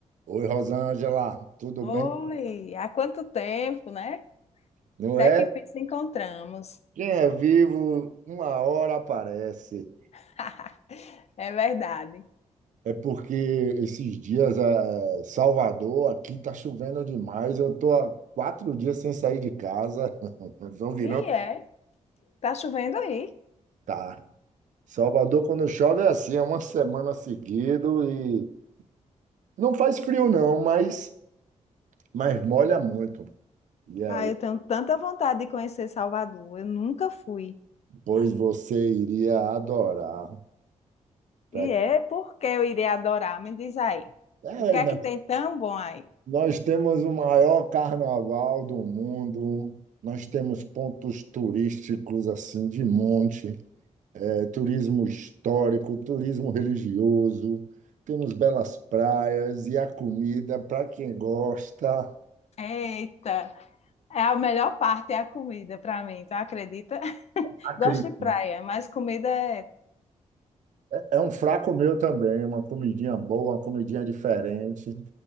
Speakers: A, on the right (about 80°); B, on the left (about 60°).
A: Oi, Rosângela, tudo
B: Oi,
A: bem?
B: há quanto tempo, né?
A: Não
B: Até
A: é?
B: que fim se encontramos.
A: Quem é vivo, uma hora aparece.
B: <laughs> É verdade.
A: É porque esses dias, eh, Salvador, aqui tá chovendo demais. Eu tô há quatro dias sem sair de casa. <laughs> Estou virando.
B: E é, tá chovendo aí.
A: Tá. Salvador, quando chove, é assim, é uma semana seguido e não faz frio, não, mas, mas molha muito. E aí,
B: Ah, eu tenho tanta vontade de conhecer Salvador, eu nunca fui.
A: pois você iria adorar. Pra-
B: E é porque eu irei adorar, me diz aí.
A: É,
B: O que é
A: né?
B: que tem tão bom aí?
A: Nós temos o maior carnaval do mundo, nós temos pontos turísticos assim de monte, é, turismo histórico, turismo religioso, temos belas praias e a comida, para quem gosta,
B: Eita, é a melhor parte é a comida para mim, tu acredita? <laughs>
A: acredita.
B: Gosto de praia, mas comida é...
A: É um fraco meu também, uma comidinha boa, uma comidinha diferente.